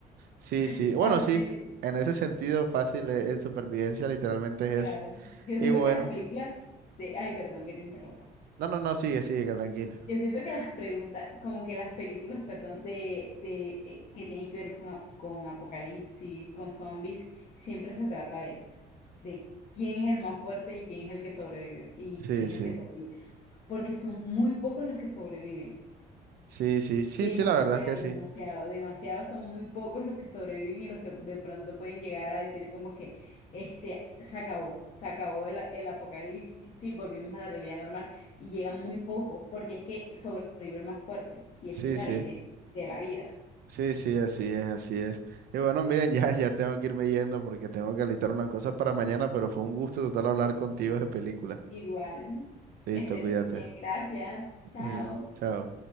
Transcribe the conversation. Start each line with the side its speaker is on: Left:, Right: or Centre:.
Right: Sí,
Left: <laughs>
Right: sí, bueno,
Left: así,
Right: sí, en ese sentido fácil es, es supervivencia, literalmente es
Left: claro.
Right: eso.
Left: Yo
Right: Y
Left: siento
Right: bueno,
Left: que las películas de... Ay, perdón, que te interrumpa.
Right: no, no, no, sigue, sigue, que tranquila.
Left: Yo siento que las preguntas, como que las películas, perdón, de, de eh, que tienen que ver con, ap- con apocalipsis, con zombies, siempre se trata de eso, de quién es el más fuerte y quién es el que sobrevive, y
Right: Sí,
Left: quién es
Right: sí,
Left: el que sobrevive, porque son muy pocos los que sobreviven.
Right: sí, sí, sí,
Left: Demasiado,
Right: sí, la verdad es que sí,
Left: demasiado, demasiado. Son muy pocos los que sobreviven y los que de pronto pueden llegar a decir como que este se acabó, se acabó el, el apocalipsis, volvimos a la realidad normal y llegan muy pocos porque es que sobrevive el más fuerte y esa
Right: sí,
Left: es la
Right: sí,
Left: ley de, de la vida.
Right: sí, sí, así es, así es. Y bueno, miren, <laughs> ya, ya tengo que irme yendo porque tengo que alistar unas cosas para mañana, pero fue un gusto total hablar contigo de película.
Left: Igual,
Right: Listo,
Left: que estés
Right: cuídate.
Left: muy bien, gracias, chao.
Right: Y chao.